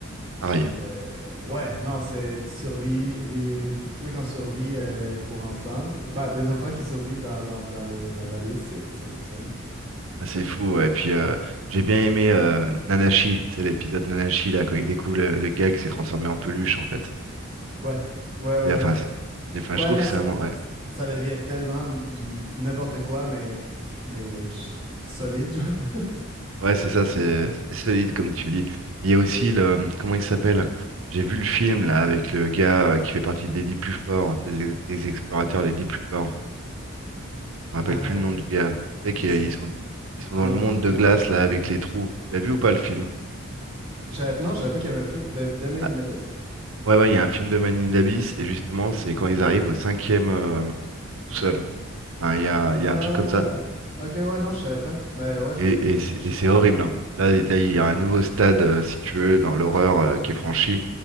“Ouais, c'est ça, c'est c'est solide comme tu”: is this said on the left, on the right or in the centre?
Right